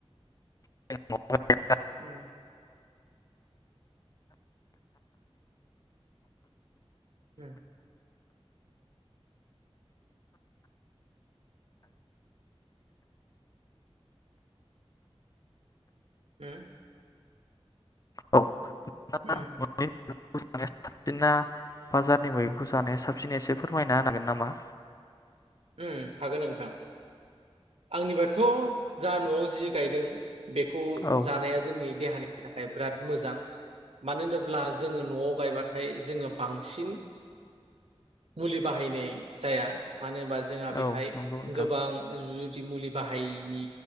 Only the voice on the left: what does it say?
<unintelligible>
औ। <unintelligible>
<unintelligible> साबसिना बाजारनि मैगंखौ जानाया साबसिन एसे फोरमायना होनांगोन नामा?
औ
औ नंगौ नोंथां